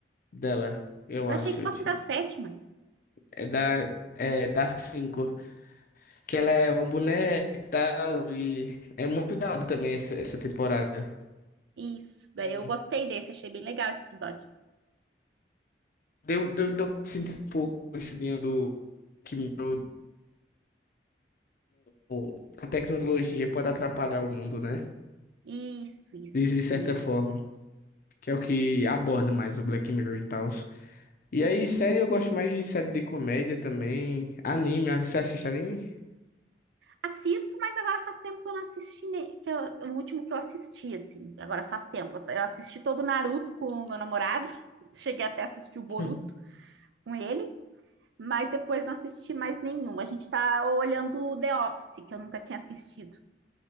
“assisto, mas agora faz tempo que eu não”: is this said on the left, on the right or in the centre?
Right